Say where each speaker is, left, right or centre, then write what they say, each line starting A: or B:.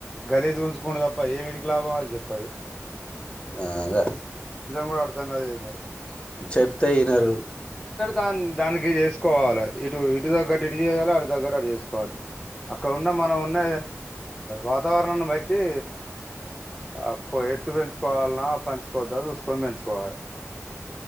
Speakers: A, in the centre; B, on the left (about 20°).
A: గలీజుగుంచుకునుడు తప్ప ఏమిటికి లాభం అది చెప్పది
B: అగా
A: కూడా అర్థం కాదు
B: <inaudible>
A: ఏం కాదు
B: చెప్తే ఇనరు
A: దాన్ దానికి చేసుకోవాలి ఇటు ఇటు తగ్గట్టు ఇటు చేయాలి అటు తగ్గట్టు అటు చేసుకోవాలి అక్కడన్న మనం ఉన్న వాతావరణాన్ని బట్టి అప్పు ఎత్తు పెంచుకోవాల్నా పంచుకోవద్దా చూసుకొని పెంచుకోవాలి